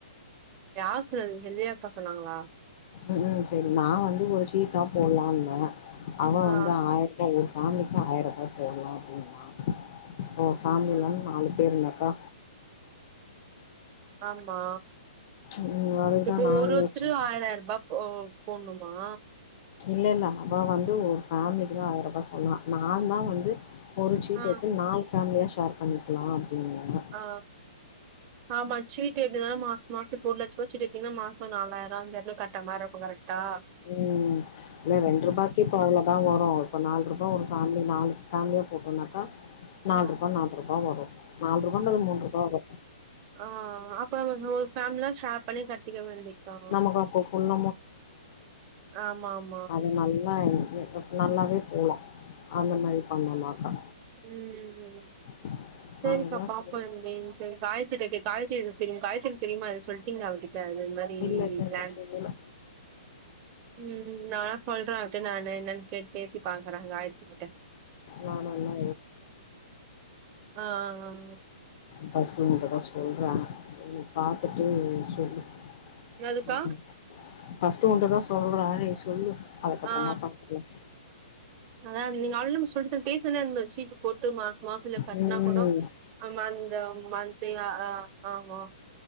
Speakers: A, on the right (about 30°); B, on the left (about 40°).
A: யார் சொன்னது செல்வியக்கா சொன்னாங்களா
B: ம் ஹும் சேரி நா வந்து ஒரு சீட்டா போல்லான்ன அவ
A: ஆ
B: வந்து ஆய ரூபா ஒரு ஃபேமிலிக்கு ஆய ரூபா போட்லா அப்டின்னா ஓ ஃபேமிலில
A: ஆ
B: நாலு பேர் இல்லக்கா
A: ஆமா
B: ம். அதுக்கு
A: இப்போ
B: தான் நான்
A: ஒரு
B: யோசிச்சேன்.
A: ஒருத்தரு ஆயிராய ரூபா போ போன்ணுமா
B: இல்லல்ல அவ வந்து ஒரு ஃபேமிலிக்கி தா ஆயரூபா சொன்னா நாதா வந்து ஒரு சீட்
A: ஆ
B: எடுத்து நாலு ஃபேமிலியா ஷேர் பண்ணிக்லா அப்டினாங்க
A: ஆ ஆமா சீட் டு கட்னாதா மாச மாசோ ஒரு லட்சரூவா சீட் எடுத்தீங்னா மாசோ ஒரு நாலாயிரோ அஞ்சாயிரோ கட்ட மாரிருக்கோ கரெக்டா
B: ம் இல்ல ரெண்டு ரூபாக்கே இப்ப அவ்ளோ தா வரு இப்போ நால்ட்ரூபா ஒரு ஃபேமிலி நாலு ஃபேமியா போட்டோனாக்கா
A: ஆ
B: நால்ட்ரூபா நால்ட்ரூபா வரு நால்ட் ரூபான்றது மூன்ட்ரூபா வரு
A: ஆ ஆ அப்றோ வந்து ஒரு ஃபேமிலினா‌ ஷே அர் பண்ணி கட்டிக்க வேண்டியத்தா
B: நமக்கு அப்போ ஃபுல்
A: அஆ ஆமா ஆம்
B: அவ நல்லா <unintelligible> நல்லாவே போலா அந்த மாரி பண்ணோனாக்கா
A: ம்
B: <inaudible>
A: சேரிக்கா பாப்போ
B: சரி
A: என்னன்ட்டு காயத்ரிக்கு தெரியு காயத்ரிக்கு தெரியுங்ளா இத சொல்ட்டீங்ளா அவகிட் ட இது மாறி
B: இல்ல
A: ப்ளன்
B: இன்னு இல்ல
A: ம் ந சொல்ற அவட்ட நானு என்னன்னு கேட் பேசி பாக்குற காயத்ரி கிட்ட
B: நாணல்ல
A: ஆ ஆ ஆ
B: ஃபஸ்டு உன்டதா சொல்ற சேரி பாத்துட்டு சொல்லு
A: ஆ அதுக்கா
B: ம் ம் ஃபஸ்ட்டு உன்ட்ட தா சொல்ற நீ சொல்லு அதுக்கப்புறமா
A: ஆ
B: பாத்துக்கலா
A: அதா நீங்க ஆல்ரேடி நம்ம சொல்ட்டோ பேசனே இருந்துச்சு போட்டு மாச மாசத்ல
B: ம்
A: கட்னா கூடோ
B: ம்
A: நம்ம அந்த மந்த்து ஆ ஆ ஆமா